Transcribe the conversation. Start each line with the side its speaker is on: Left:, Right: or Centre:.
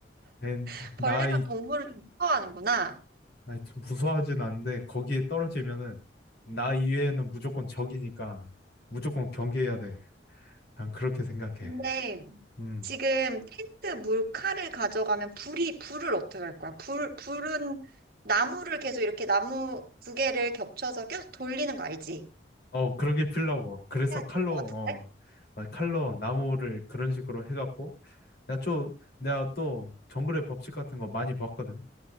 Left: 에,
Right: <laughs> 벌레랑
Left: 나이
Right: 동물을 좀 무서워하는구나.
Left: 아이, 좀 무서워하진 않은데 거기에 떨어지면은 나 이외에는 무조건 적이니까 무조건 경계해야 돼. 난 그렇게 생각해.
Right: 근데
Left: 음.
Right: 지금 텐트 물칼을 가져가면 불이, 불을 어떻게 할 거야? 불, 불은 나무를 계속 이렇게 나무 두 개를 겹쳐서 계속 돌리는 거 알지?
Left: 어, 그러게 필라고. 그래서
Right: 해야
Left: 칼로,
Right: 될 것 같은데?
Left: 어, 막 칼로 나무를 그런 식으로 해갖고, 내가 좀, 내가 또 정글의 법칙 같은 거 많이 봤거든.